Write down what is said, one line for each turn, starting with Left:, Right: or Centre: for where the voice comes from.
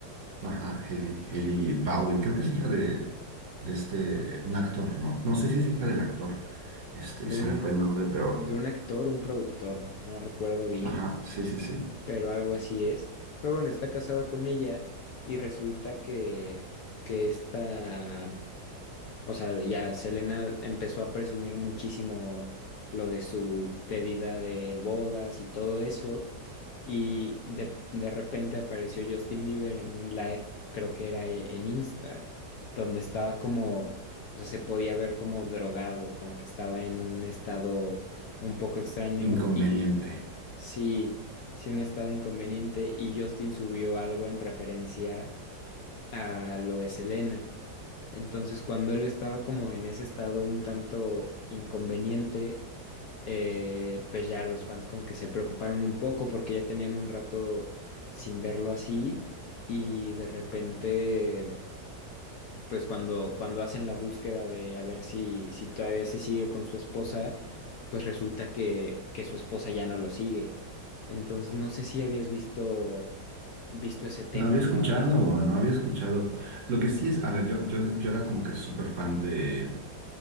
Right: Ajá, Hailey, Hailey Baldwin, creo que es hija de, de este, un actor, ¿no? No sé si es hija del actor, este,
Left: de
Right: se
Left: un,
Right: me fue el nombre, pero,
Left: de un actor, un productor, no recuerdo bien
Right: ajá, sí, sí, sí,
Left: pero algo así es. Pero bueno, está casada con ella y resulta que, que esta, o sea, ya Selena empezó a presumir muchísimo lo de su pedida de bodas y todo eso. Y de, de repente apareció Justin Bieber en un live, creo que era e- en Insta, donde estaba como, o sea, se podía ver como drogado, como que estaba en un estado un poco extraño.
Right: inconveniente.
Left: y Sí, sí, un estado inconveniente y Justin subió algo en referencia a lo de Selena. Entonces, cuando él estaba como en ese estado un tanto inconveniente, eh, pues ya los fans como que se preocuparon un poco porque ya tenían un rato sin verlo así y de repente pues cuando, cuando hacen la búsqueda de a ver si, si todavía se sigue con su esposa, pues resulta que, que su esposa ya no lo sigue. Entonces, no sé si habías visto, visto ese tema,
Right: No había escuchado,
Left: ¿no?
Right: no había escuchado. Lo que sí es, a ver, yo, yo, yo era como que súper fan de,